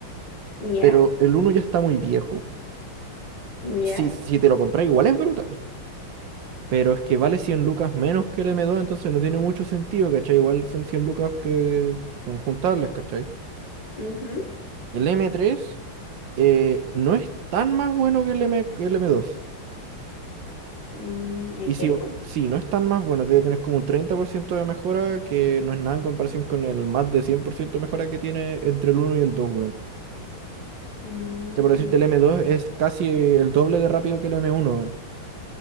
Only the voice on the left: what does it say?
¿Ya?
¿Ya?
ujú,
mm, ¿En
serio?
Mm,